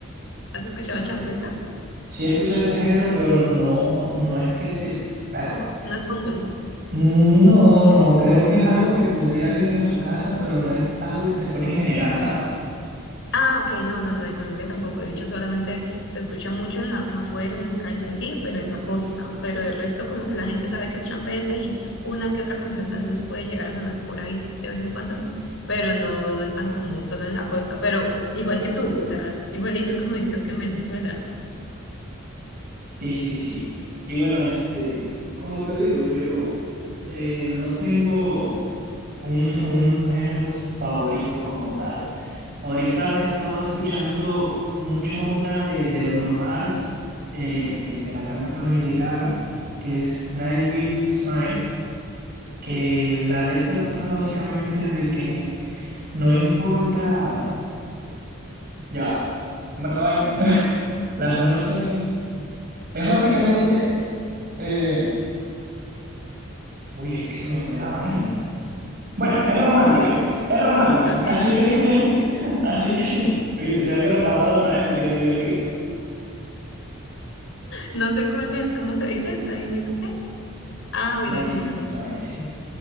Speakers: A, on the left; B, on the right.
A: ¿Has escuchado
B: Champeta.
A: champeta?
B: Sí he escuchado ese género, pero no, no es que se... perro
A: No es común.
B: No, no, creo que es algo que pondría alguien en su casa, pero no es algo que se pone en general, ¿sabes?
A: Ah, ok, no, no, no, en Colombia tampoco. De hecho, solamente se escucha mucho en la, afuera, y en la calle, así, pero en la costa. Pero de resto, como que la gente sabe que es champeta y una que otra canción tal vez puede llegar a sonar por ahí de vez en cuando, pero no, no es tan común, solo en la costa. Pero igual que tú, o sea, <laughs> igualito como dices que en Venezuela.
B: Sí, sí, sí. Y bueno, este, como te digo, yo eh, no tengo un, un género favorito como tal. Ahorita he estado escuchando mucho una de, de Bruno Mars, eh, que la canta con Lady Gaga, que es Die With Smile, que la letra trata básicamente de que no importa ya, comer la vaina, <laughs> las noches, es básicamente... eh, Uy, es que se me fue la vaina. Bueno, es romántica, es romántica.
A: Ok.
B: Así que,
A: ok.
B: <laughs> así que, viste, tengo que repasarla otra vez porque se me olvida.
A: No sé cuál es, ¿cómo se dice? Die with ¿qué? Ah, with
B: La
A: a
B: de
A: smile.
B: Wait a Smile, sí.